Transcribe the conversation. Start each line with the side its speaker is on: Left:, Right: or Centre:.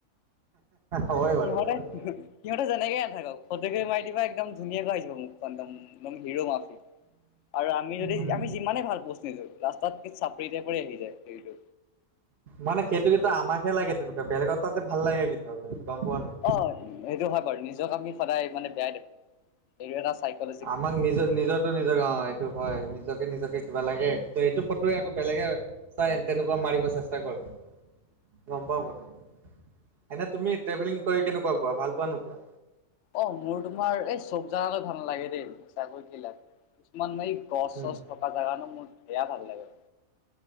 Right: অ হয়
Left: সিহঁতে
Right: বাৰু কথাটো
Left: সিহঁতে যেনেকে নাথাকক, ফটো একপি দিবা একদম ধুনীয়াকৈ আহি যাব মুখ খন একদম একম হিৰো মাফি, আৰু আমি যদি
Right: উম
Left: আমি যিমানে ভাল পজ নিদু লাষ্টত নি চাব ফ্ৰীতে পৰি আহি যায় হেৰিটো
Right: মানে, সেইটো কিন্তু আমাকহে লাগে তেনেকুৱা বেলেগৰ তাতে ভাল লাগে কিন্তু গম পোৱা নো
Left: হয়, সেইটো হয় বাৰু নিজক আমি সদায় মানে বেয়াই দেখো এইটো এটা চাইকল
Right: আমাক নিজৰ নিজৰ টো নিজৰ এইটো হয়, নিজকে নিজকে কিবা লাগে কিন্তু এইটো ফটো আকৌ বেলেগে চাই তেনেকুৱা মাৰিব চেষ্টা কৰে, গম পাও প্ৰথম এনে তুমি ট্ৰভেলিং কৰি কেনেকুৱা পোৱা ভাল পোৱা নোপোৱা?
Left: অ', মোৰ তোমাৰ এই চব জাগাতে ভাল নালাগে দেই, চাকৈ বিলাক কিছুমান মাই ক গ চছ
Right: উম
Left: থকা জেগানো মোৰ বেয়া ভাল লাগে